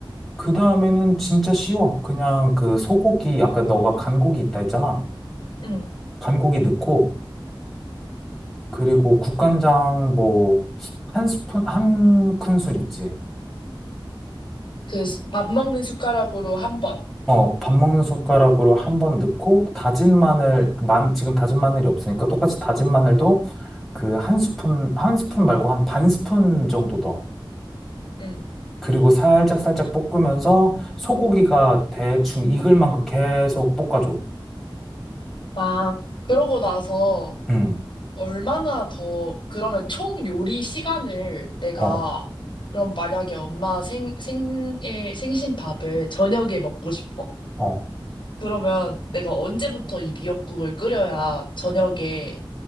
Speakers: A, in the centre; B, on the left.
A: 그 다음에는 진짜 쉬워. 그냥 그 소고기, 아까 너가 간고기 있다 했잖아.
B: 응,
A: 간고기 넣고, 그리고 국간장 뭐, 한 스푼, 한 큰술 있지.
B: 그 밥 먹는 숟가락으로 한 번.
A: 어, 밥 먹는 숟가락으로 한번 넣고, 다진 마늘, 만, 지금 다진 마늘이 없으니까 똑같이 다진 마늘도 그 한 스푼, 한 스푼 말고 한 반 스푼 정도 넣어.
B: 응.
A: 그리고 살짝 살짝 볶으면서 소고기가 대충 익을 만큼 계속 볶아줘.
B: 아, 그러고 나서,
A: 응,
B: 얼마나 더, 그러면 총 요리 시간을 내가,
A: 어,
B: 그럼 만약에 엄마 생, 생일, 생신밥을 저녁에 먹고 싶어.
A: 어.
B: 그러면 내가 언제부터 이 미역국을 끓여야 저녁에,